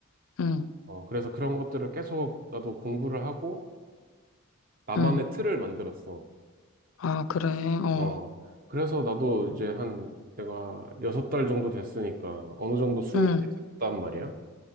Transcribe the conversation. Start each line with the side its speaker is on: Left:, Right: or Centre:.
Left: 응,
Right: 어, 그래서 그런 것들을 계속 나도 공부를 하고, 나만의
Left: 응.
Right: 틀을 만들었어.
Left: 아, 그래, 어,
Right: 어, 그래서 나도 이제 한, 내가 여섯 달 정도 됐으니까, 어느 정도 숙련이
Left: 응.
Right: 됐단 말이야.